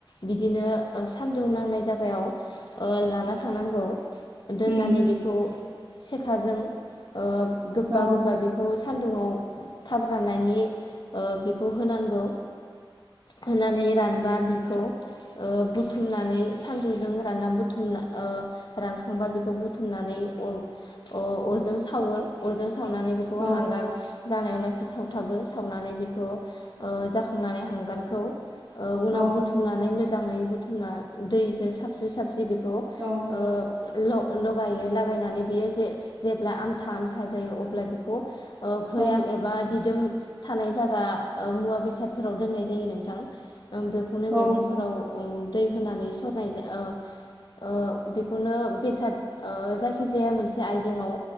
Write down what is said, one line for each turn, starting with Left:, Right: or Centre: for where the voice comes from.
Left: बिदिनो सान्दुं नांनाय जागायाव ओ लाना थांनांगौ दोननानै
Right: उम
Left: बेखौ सेखाजों ओ गोबा
Right: औ
Left: गोबा बेखौ सान्दुुआव थाब राननायनि ओ बेखौ होनांगौ होनानै रानबा बिखौ ओ बुथुमनानै सानदुजों रानना बुथुमना ओ रानखांबा बेखौ बुथुमनानै अर अरजों सावो। अरजों सावनानै बेखौ
Right: औ
Left: हांगार जानायावलासे सावथाबो सावनानै बेखौ ओ जाखांनानै हांगारखौ ओ उनाव
Right: औ
Left: बुथुमनानै मो जाङै बुथुमना दैजों साबस्रि साबस्रि बेखौ
Right: औ
Left: ओ ल-लगायो लागायनानै बियो जे-जेब्ला आमथाम आम था जायो अब्ला बेखौ ओ फोयाम
Right: औ
Left: एबा दिदोम थानाय जागा ओ मुवा बेसादफोराव दोननाय जायो नोंथां। ओ बेखौनो
Right: औ
Left: मैगंफोराव दै होनानै सरनाय ओ ओ बेखौनो बेसाद ओ जायखिजाया मोनसे आयजेंआव